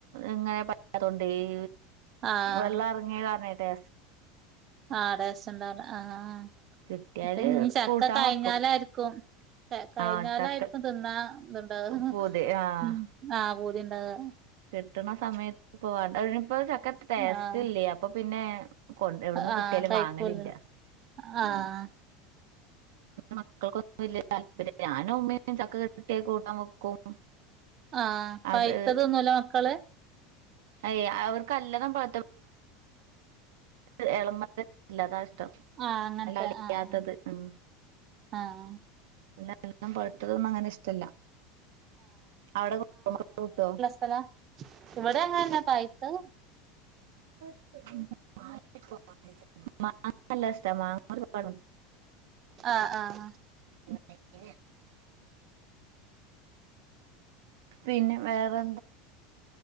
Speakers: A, on the right (about 75°); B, on the right (about 25°).
A: ഇങ്ങനെ പറ്റാത്തോണ്ടേ ഈ
B: ആഹ്
A: വെള്ളം ഇറങ്ങിയ കാരണേ ടേ
B: ആഹ് ടേസ്റ്റെണ്ടാവില്ല ആഹ്
A: കിട്ടിയാല്
B: ഇപ്പ ഇഞ്ഞി ചക്ക
A: കൂട്ടാൻ
B: കഴിഞ്ഞാലായിരിക്കും
A: വെക്കും
B: കഴിഞ്ഞാലായിരിക്കും
A: ആഹ് ചക്ക
B: തിന്ന ഇതുണ്ടാവുക
A: പൂതി ആഹ്
B: ഉം ആഹ് പൂതി ഇണ്ടാവുക
A: കിട്ടണ സമയത്ത് ഇപ്പൊ വേണ്ട ഇനിപ്പോ ചക്കക്ക് ടേസ്റ്റ്
B: ആഹ്
A: ഇല്ല്യ അപ്പൊ പിന്നെ കൊൻട് എവിടിന്ന്
B: ആഹ്
A: കിട്ടിയാലും
B: കഴിക്കൂലേ
A: വാങ്ങലില്ല ഉം
B: ആഹ്
A: മക്കൾക്കൊന്നും വലിയ താല്പര്യില്ല ഞാന ഉമ്മയും ചക്ക കെട്ടിയി കൂട്ടാൻ വെക്കും
B: ആഹ് പഴത്തതൊന്നുമല്ല
A: അത്
B: മക്കള്
A: ഏഹ് അവർക്ക്ല്ലണം കൊഴ ഇളല്ലാതാ ഇഷ്ടം
B: ആഹ് അങ്ങനത്തെ
A: ല്ലളിയാത്തത്
B: ആഹ്
A: ഉം
B: ആഹ്
A: എല്ലാം <inaudible> പഴ്തതൊന്നും അങ്ങനെ ഇഷ്ടല്ല അവിടെ കട്ടോ
B: <unintelligible> ഇവിടെങ്ങന്ന പഴിത്തത്
A: <inaudible> മാങ്ങരല്ലത മങ്ങര കാ
B: ആഹ് ആഹ് ആഹ്
A: <inaudible> പിന്നെ വേറെ